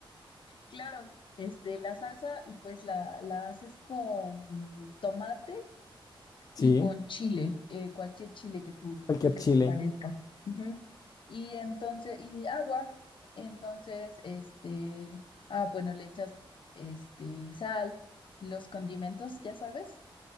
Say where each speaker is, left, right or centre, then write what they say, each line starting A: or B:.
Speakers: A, on the left; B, on the left.
A: Claro, este, la salsa, pues la, la haces con tomate
B: Sí,
A: y con chile, eh, cualquier chile que tú,
B: cualquier
A: que
B: chile.
A: te parezca. Ujú. Y entonces, y agua, entonces, este, ah, bueno, le echas, este, sal, los condimentos, ya sabes,